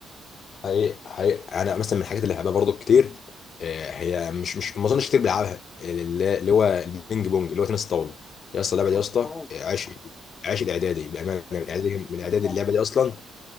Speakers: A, on the left; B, on the left.
A: حقيقي حقيقي انا مثلا من الحاجات اللي بحبها برضو كتير آه، هي مش مش ما اظنش كتير بلعبها اللي اللي هو البينج بونج اللي هو تنس الطاوله يا اسطى اللعبه دي
B: هو
A: يا اسطى
B: هو
A: آه، عشق عشق الاعدادي بامانه من الاعدادي من الاعدادي
B: ده دماغك.
A: اللعبه دي اصلا